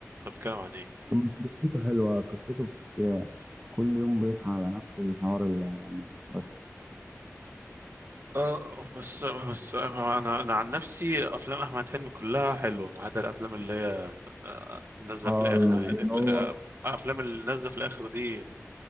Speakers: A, on the right (about 50°); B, on the right (about 25°).
A: أنت بتتكلم عن إيه؟
B: فيلم قصته حلوة قصته بت- كل يوم بيصحى على نفس الحوار اللي يعني بس
A: أه بس بس أنا أنا عن نفسي أفلام أحمد حلمي كلها حلوة ما عدا الأفلام اللي هي آه، نازلة
B: اه
A: في الآخر دي
B: اللي
A: ال-
B: هو
A: آه، الأفلام اللي نازلة في الآخر دي